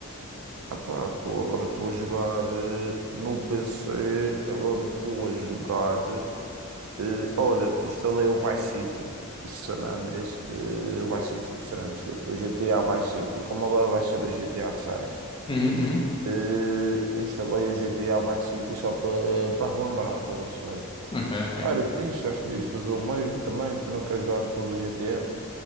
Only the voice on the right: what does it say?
Ah pá, tô, agora estou a jogar eh, no PC, agora estou a jogar. eh, olha, instalei o Vice City, o San Andreas, eh, o Vice City do San Andreas, desculpa, o GTA Vice City, como agora vai ser o GTA 6.
eh, instalei o GTA Vice City só para para relembrar, estás a perceber?
Ah, era fixe, acho que devias fazer o mesmo também, tu não queres jogar depois o GTA.